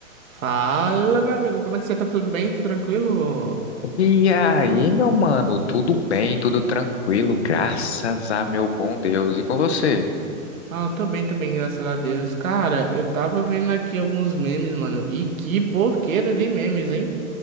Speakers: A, on the right (about 70°); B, on the left (about 50°).
A: Fala, meu amigo, como é que você tá? Tudo bem? Tudo tranquilo?
B: E aí, meu mano, tudo bem, tudo tranquilo, graças a meu bom Deus. E com você?
A: Ah, eu tô bem também, graças a Deus. Cara, eu tava vendo aqui alguns memes, mano. E que porqueira de memes, hein?